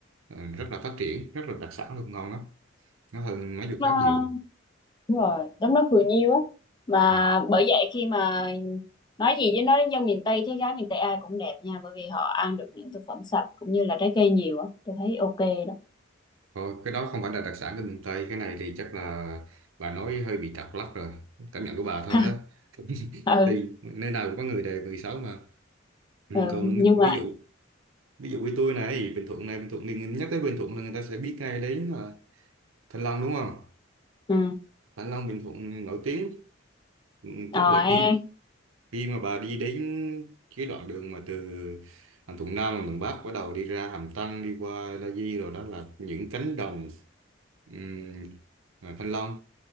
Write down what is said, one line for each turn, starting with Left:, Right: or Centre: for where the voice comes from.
Right: ờ, rất là phát triển rất là đặc sản luôn ngon lắm nó hơn mấy vùng
Left: nó
Right: khác nhiều
Left: đúng rồi đúng nó cười nhiêu á mà
Right: Ừ.
Left: bởi vậy khi mà nói gì với nói đến dân miền Tây thấy gái miền Tây ai cũng đẹp nha bởi vì họ ăn được những thực phẩm sạch cũng như là trái cây nhiều á tôi thấy ok đó
Right: Thôi, cái đó không phải là đặc sản của miền Tây cái này thì chắc là bà nói hơi bị trật lắc rồi cảm nhận của bà thôi
Left: <laughs>
Right: á <laughs>
Left: ừ,
Right: thì nơi nào cũng có người đẹp người xấu mà ừ,
Left: ừ
Right: còn
Left: nhưng mà
Right: ví dụ ví dụ như tôi này Bình Thuận này Bình Thuận thì nhắc tới Bình Thuận là người ta sẽ biết ngay đến là Thanh Long đúng không
Left: ừ
Right: Thanh Long Bình Thuận nổi tiếng ừ,
Left: ờ
Right: tức là
Left: ha.
Right: khi khi mà bà đi đến cái đoạn đường mà từ Hàm Thuận Nam Hàm Thuận Bắc bắt đầu đi ra Hàm Tân đi qua La Di rồi đó là những cánh đồng ừm, à, Thanh Long